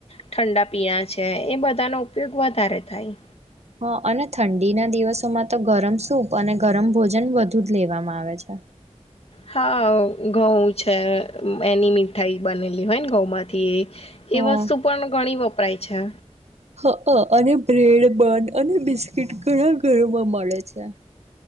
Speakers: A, on the left; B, on the right.
A: ઠંડા પીણા છે એ બધા ન ઉપયોગ વધારે થાય
B: હ, અને ઠંડીના દિવસોમાં તો ગરમ સૂપ અને ગરમ ભોજન વધુ જ લેવામાં આવે છે <inaudible>
A: હા, ઘઉં છે એની મીઠાઈ બનેલી હોય ને ઘઉંમાંથી
B: હમ
A: એ વસ્તુ પણ ઘણી વપરાય છે
B: હઅ, અને બ્રેડ, બન અને બિસ્કીિટ ઘણા ઘરોમાં મળે છે